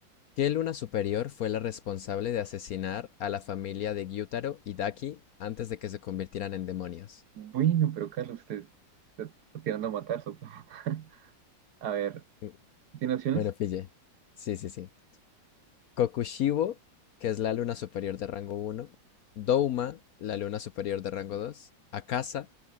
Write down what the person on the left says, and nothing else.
¿Qué luna superior fue la responsable de asesinar a la familia de Gyutaro y Daki antes de que se convirtieran en demonios?
Mm,
Bueno, pille. Sí, sí, sí. Kokushibo, que es la luna superior de rango uno. Douma, la luna superior de rango 2. Akasa,